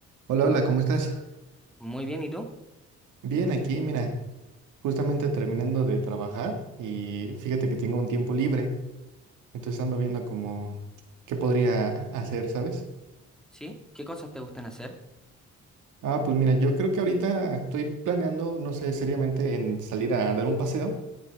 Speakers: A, on the right (about 80°); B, in the centre.
A: Hola, hola, ¿cómo estás?
B: Muy bien, ¿y tú?
A: Bien, aquí, mira, justamente terminando de trabajar y fíjate que tengo un tiempo libre, entonces ando viendo como qué podría hacer, ¿sabes?
B: ¿Sí? ¿Qué cosas te gustan hacer?
A: Ah, pues mira, yo creo que ahorita estoy planeando, no sé, seriamente en salir a dar un paseo